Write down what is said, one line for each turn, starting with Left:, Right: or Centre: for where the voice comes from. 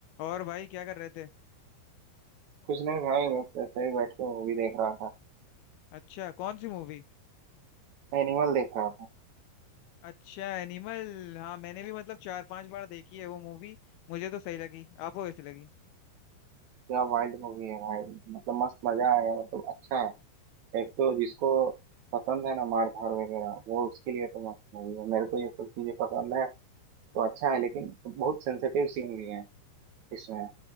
Left: और भाई क्या कर रहे थे
Right: कुछ नहीं भाई बस ऐसे ही बैठ के मूवी देख रहा था
Left: अच्छा कौन सी मूवी
Right: एनिमल देख रहा था
Left: अच्छा एनिमल हाँ मैंने भी मतलब चार पांच बार देखी है वो मूवी मुझे तो सही लगी आपको कैसी लगी
Right: क्या वाइल्ड मूवी है भाई मतलब मस्त मजा आया मतलब अच्छा है एक तो जिसको पसंद है ना मार धाड़ वगैरह वो उसके लिए तो मस्त मूवी है मेरे को ये सब चीजें पसंद है तो अच्छा है लेकिन बहुत सेंसिटिव सीन भी है इसमें